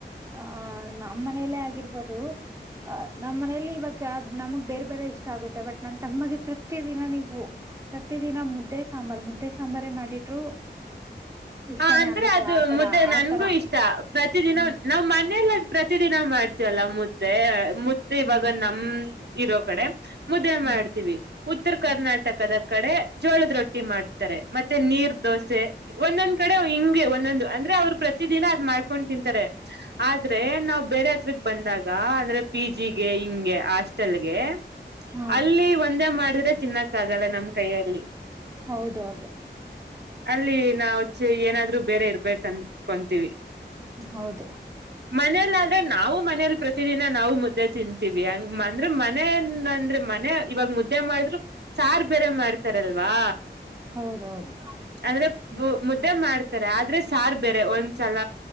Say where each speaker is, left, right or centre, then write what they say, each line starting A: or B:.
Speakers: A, on the right (about 15°); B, on the right (about 65°).
A: ಅಹ ನಮ್ಮ ಮನೇಲ್ಲೇ ಆಗಿರ್ಬೋದು. ಆ ನಮ್ಮ ಮನೆಯಲ್ಲಿ ಇವಾಗ ನಮಗ್ ಬೇರೆ ಬೇರೆ ಇಷ್ಟ ಆಗುತ್ತೆ ಬಟ್ ನನ್ ತಮ್ಮಗೆ ಪ್ರತ ದಿನ ನೀವು. ಪ್ರತಿದಿನ ಮುದ್ದೆ ಸಾಂಬಾರು ಮುದ್ದೆ ಸಾಂಬಾರೆ ಮಾಡಿಟ್ರು. ಇಷ್ಟಾನೇ
B: ಹ ಅಂದ್ರೆ
A: ಆಗುತ್ತೆ
B: ಅದು
A: ಆತರ
B: ಮೂ ಮುದ್ದೆ ನನ್ಗೂ
A: ಆತರ
B: ಇಷ್ಟ ಪ್ರತಿದಿನ
A: ಹ್ಮ್
B: ನಾವ್ ಮನೆಯಲ್ಲ ಪ್ರತ ದಿನ ಮಾಡ್ತೀವಲ್ಲ ಮುದ್ದೆ. ಮುದ್ದೆ
A: ಹ್ಮ್
B: ಇವಾಗ ನಮ ಇರೋ ಕಡೆ ಮುದ್ದೆ
A: ಹ್ಮ್
B: ಮಾಡ್ತೀವಿ ಉತ್ತರ
A: ಹ್ಮ್
B: ಕರ್ನಾಟಕದ ಕಡೆ ಜೋಳದ ರೊಟ್ಟಿ ಮಾಡ್ತಾರೆ ಮತ್ತೆ ನೀರ್ ದೋಸೆ
A: ಹ್ಮ್
B: ಒಂದೊಂದ. <unintelligible> ಹಿಂಗೆ ಒಂದೊಂದು ಅಂದ್ರೆ ಅವ್ರು ಪ್ರತ ದಿನ ಅದ್ ಮಾಡ್ಕೊಂಡ್ ತಿಂತಾರೆ ಆದ್ರೆ ನಾವ್ ಬೇರೆ ಹತ್ರದ. ಬಂದಾಗ. ಅಂದ್ರೆ ಪಿ ಜಿಗೆ ಹಿಂಗೆ ಹಾಸ್ಟೆಲ್ಗೆ
A: ಹಾ
B: ಅಲ್ಲಿ ಒಂದೇ ಮಾಡಿದ್ರೆ ತಿನ್ನಕ್. ಕ್ಕಗಲ್ಲ ನಮ್ ಕೈಯಲ್ಲಿ
A: ಹೌದೌದು
B: ಅಲ್ಲಿ ನಾವು. ಛೆ ಏನಾದ್ರು ಬೇರೆ ಇರ್ಬೇಕ ಅನ್ಕೊಂತೀವಿ.
A: ಹೌದು
B: ಮನೇೆಯಲ್ಲಿ ಆದ್ರೆ ನಾವು ಮನೇೆಯಲ್ಲಿ ಪ್ರತಿದಿನ. ನಾವು ಮುದ್ದೆ ತಿಂತೀವಿ ಹಂಗ ಅಂದ್ರು ಮನಂದ ಅಂದ್ರೆ ಮನೆ ಇವಾಗ ಮುದ್ದೆ ಮಾಡಿದ್ರು ಸಾರ ಬೇರೆ ಮಾಡ್ತಾರಲ್ವಾ.
A: ಹೌದೌದು
B: ಅಂದ್ರೆ
A: ಹ್ಮ್
B: ಪು ಮುದ್ದೆ ಮಾಡ್ತಾರೆ ಆದ್ರೆ ಸಾರ್ ಬೇರೆ ಒಂದ್ಸಲ